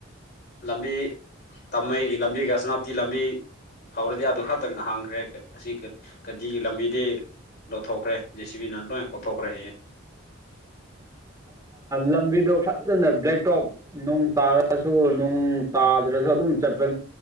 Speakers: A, on the left; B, on the right.
A: ꯂꯝꯕꯤ ꯇꯝꯃꯩꯒꯤ ꯂꯝꯕꯤꯒ ꯁꯅꯥꯞꯇꯤ ꯂꯝꯕꯤ ꯐꯥꯎꯔꯗꯤ ꯑꯗꯨ ꯈꯛꯇꯪ ꯍꯥꯡꯈ꯭ꯔꯦ ꯀꯠ ꯑꯁꯤ ꯀꯠ ꯗꯤꯒꯤ ꯂꯝꯕꯤꯗꯤ ꯂꯣꯊꯣꯛꯈ꯭ꯔꯦ ꯖꯦ ꯁꯤ ꯕꯤ ꯅꯥꯅ ꯂꯣꯏ ꯀꯣꯊꯣꯛꯈ꯭ꯔꯦ ꯍꯌꯦꯦ
B: ꯂꯝꯕꯤꯗꯣ ꯐꯖꯅ ꯕ꯭ꯂꯦꯇꯣꯞ ꯅꯣꯡ ꯇꯥꯔꯁꯨ ꯅꯣꯡ ꯇꯥꯗ꯭ꯔꯁꯨ ꯑꯗꯨꯝ ꯆꯠꯄ